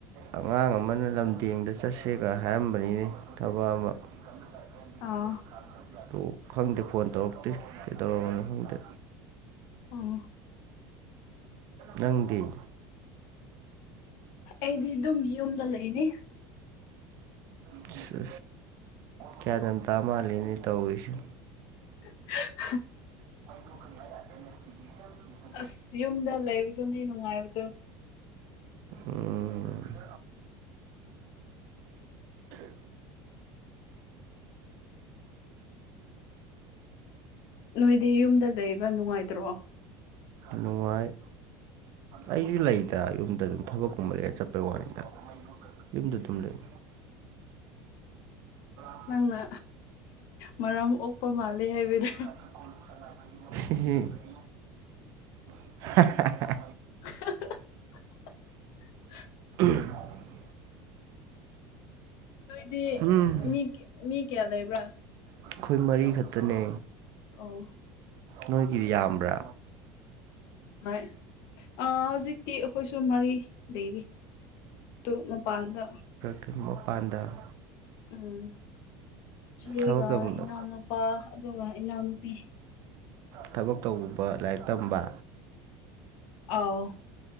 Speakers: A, on the right; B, on the left.
A: ꯑꯉꯥꯡ ꯑꯃꯅ ꯂꯝꯗꯦꯡꯗ ꯆꯠꯁꯦꯒ ꯍꯥꯏꯔꯝꯕꯅꯤꯅꯦ ꯊꯕꯛ ꯑꯃ ꯇꯃꯤꯁꯥ ꯒꯦꯟ
B: ꯑꯥꯎ
A: <unintelligible> ꯑꯣ ꯈꯪꯗꯦ ꯐꯣꯟ ꯇꯧꯔꯛꯇ꯭ꯦ ꯀꯩꯗꯧꯔꯕꯅꯣ ꯈꯪꯗꯦ
B: ꯎꯝ
A: ꯅꯪꯗꯤ <unintelligible>
B: ꯑꯩꯗꯤ ꯑꯗꯨꯝ ꯌꯨꯝꯗ ꯂꯩꯅꯤ
A: ꯑ ꯑꯁ ꯀꯌꯥ ꯌꯥꯝꯇꯥ ꯃꯥꯜꯂꯤꯅꯦ ꯇꯧꯔꯤꯁꯤꯦ
B: <unintelligible>
A: <unintelligible>
B: ꯑꯁ ꯌꯨꯝꯗ ꯂꯩꯕꯗꯨꯅꯦ ꯅꯨꯡꯉꯥꯏꯕꯗꯣ
A: ꯎꯝ
B: ꯅꯣꯏꯗꯤ ꯌꯨꯝꯗ ꯂꯩꯕ ꯅꯨꯡꯉꯥꯏꯇ꯭ꯔꯣ
A: ꯅꯨꯡꯉꯥꯏ ꯑꯩꯁꯨ ꯂꯩꯗ ꯌꯨꯝꯗ ꯑꯗꯨꯝ ꯊꯕꯛꯀꯨꯝꯕ ꯂꯩꯔꯦ ꯆꯠꯄꯩ ꯋꯥꯅꯤꯗ ꯌꯨꯝꯗ ꯑꯗꯨꯝ ꯂꯩ <unintelligible>
B: ꯅꯪꯅ ꯃꯔꯝ ꯑꯣꯛꯄ ꯃꯥꯜꯂꯦ ꯍꯥꯏꯕꯗ
A: <unintelligible> <unintelligible> <unintelligible>
B: <unintelligible>
A: <unintelligible>
B: ꯅꯣꯏꯗꯤ
A: ꯍꯝ
B: ꯃꯤ ꯃꯤ ꯀꯌꯥ ꯂꯩꯕ꯭ꯔꯥ
A: ꯑꯩꯈꯣꯏ ꯃꯔꯤꯈꯛꯇꯅꯦ
B: ꯑꯥ
A: ꯅꯣꯏꯒꯤꯗꯤ ꯌꯥꯝꯕ꯭ꯔꯥ
B: ꯍꯣꯏ ꯍꯧꯖꯤꯛꯇꯤ ꯑꯩꯈꯣꯏꯁꯨ ꯃꯔꯤ ꯂꯩꯔꯤ ꯇꯣ ꯃꯄꯥꯟꯗ
A: ꯀ ꯃꯣ ꯄꯥꯟꯗꯥꯥꯡ
B: ꯎꯝ ꯏꯆꯦꯒ
A: ꯊꯕꯛ ꯇꯧꯕ
B: ꯏꯅꯥꯎꯅꯨꯄꯥ ꯑꯗꯨꯒ ꯏꯅꯥꯎꯅꯨꯄꯤ
A: ꯊꯕꯛ ꯇꯧꯕ ꯂꯥꯏꯔꯤꯛ ꯇꯝꯕ
B: ꯑꯥꯎ